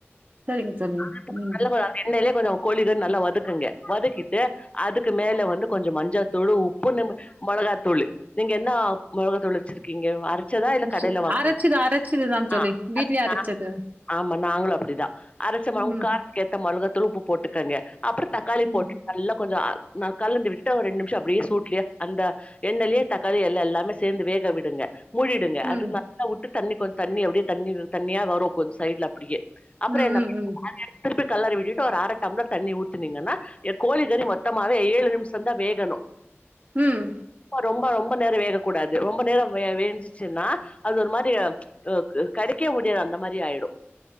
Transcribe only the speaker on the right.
சரிங்க தோழி.
ம்.
சரி.
அரைச்சது அரைச்சது தான் தோழி.
வீட்லயே
அரைச்சது.
ம்,
ம்,
ம்,
ம்,
ம்,
ம்.
ம்